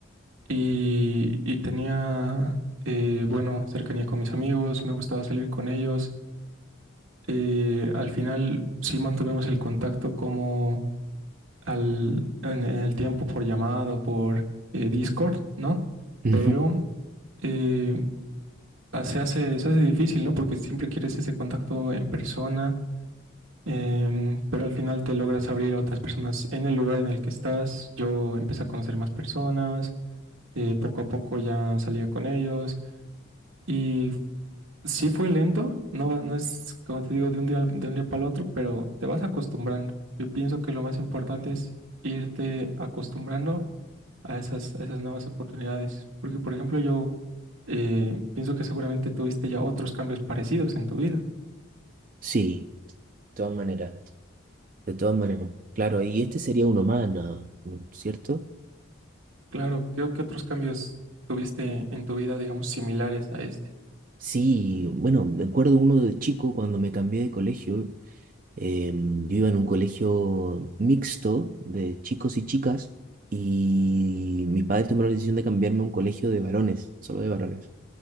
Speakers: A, on the right; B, on the right.
A: y, y tenía, eh, bueno, cercanía con mis amigos, me gustaba salir con ellos. eh, al final sí mantuvimos el contacto como al, en, en el tiempo por llamada o por eh, Discord, ¿no?
B: Ujú.
A: Pero eh, ah, se hace, se hace difícil, ¿no? Porque siempre quieres ese contacto en persona, em, pero al final te logras abrir a otras personas en el lugar en el que estás. Yo empecé a conocer más personas, eh, poco a poco ya salía con ellos. Y sí fue lento, no, no es como te digo de un día, al- de un día para el otro, pero te vas acostumbrando. Yo pienso que lo más importante es irte acostumbrando a esas, a esas nuevas oportunidades. Porque, por ejemplo, yo eh, pienso que seguramente tuviste ya otros cambios parecidos en tu vida.
B: Sí, de todas maneras, de todas maneras. Claro, y este sería uno más, ¿no? ¿No es ¿cierto?
A: Claro, creo que otros cambios tuviste en tu vida, digamos, similares a este.
B: Sí, bueno, me acuerdo uno de chico cuando me cambié de colegio, Em, yo iba en un colegio mixto de chicos y chicas y mis padres tomaron la decisión de cambiarme a un colegio de varones, solo de varones.